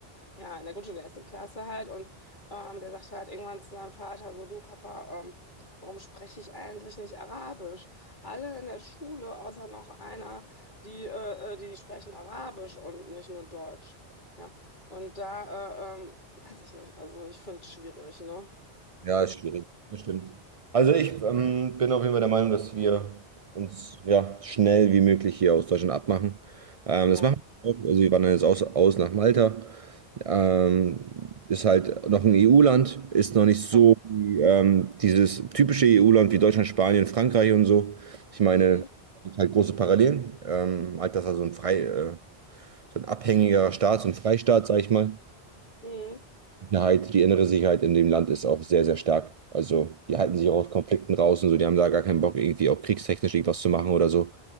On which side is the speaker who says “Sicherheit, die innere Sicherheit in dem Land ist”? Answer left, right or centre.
Right